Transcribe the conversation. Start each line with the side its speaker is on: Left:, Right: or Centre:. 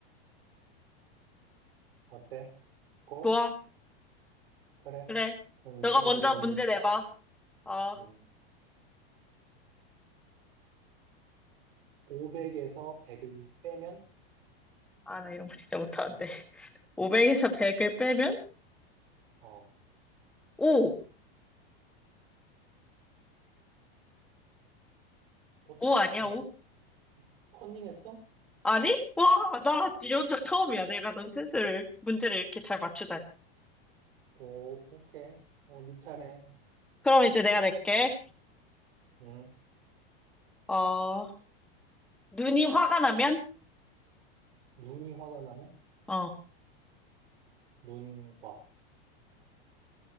Right: 어때? 고?
Centre: 좋아.
Right: 그래.
Centre: 그래.
Right: 그럼
Centre: 너가
Right: 내가 먼저
Centre: 먼저
Right: 문제
Centre: 문제
Right: 낸다.
Centre: 내봐. 어.
Right: 음, 500에서 100을 빼면,
Centre: 아, 나 이런 거 진짜 못하는데. 500에서 100을 빼면?
Right: 어,
Centre: 오.
Right: 어떻게,
Centre: 오 아니야,
Right: 야,
Centre: 오.
Right: 컨닝했어?
Centre: 아니? 와, 나 이런 적 처음이야. 내가 넌 스스로 문제를 이렇게 잘 맞추다니.
Right: 오, 오케이. 어, 네 차례.
Centre: 그럼 이제 내가 낼게.
Right: 음,
Centre: 어, 눈이 화가 나면?
Right: 눈이 화가 나면?
Centre: 어,
Right: 눈화.